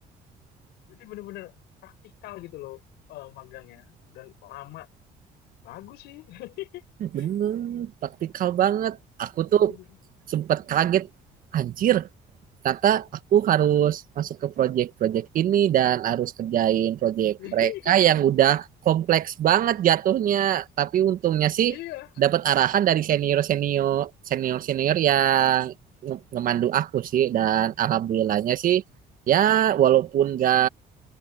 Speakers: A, on the left; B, on the right.
A: berarti benar-benar praktikal gitu loh eh, magangnya dan lama bagus sih <laughs>
B: bener praktikal banget aku tuh
A: Jadi-
B: sempat kaget anjir ternyata aku harus masuk ke project-project ini dan harus kerjain project
A: <laughs>
B: mereka yang udah kompleks banget jatuhnya. Tapi untungnya sih
A: Iya,
B: dapat arahan dari senior-senior senior-senior yang nge- ngemandu aku sih dan alhamdulillahnya sih ya walaupun gak